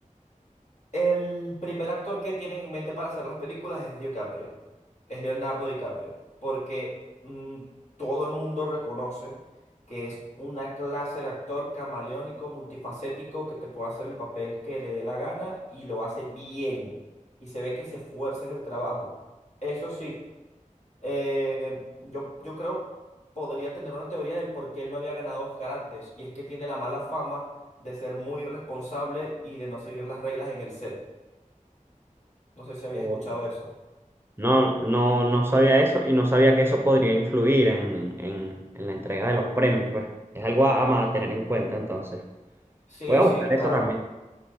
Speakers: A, on the left; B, on the right.
A: el primer actor que tienen en mente para hacer las películas es DiCaprio, es Leonardo DiCaprio, porque mm, todo el mundo reconoce que es una clase de actor camaleónico, multifacético, que te puede hacer el papel que le dé la gana y lo hace bien. Y se ve que se esfuerza en el trabajo. Eso sí eh, yo, yo creo podría tener una teoría del por qué él no había ganado Oscar antes, y es que tiene la mala fama de ser muy irresponsable y de no seguir las reglas en el set. No sé si habías
B: O-
A: escuchado eso.
B: No, no, no sabía eso y no sabía que eso podría influir en, en- en la entrega de los premios, pues. Es algo a, a tener en cuenta, entonces.
A: Sí,
B: Voy a buscar
A: sí, claro.
B: eso también.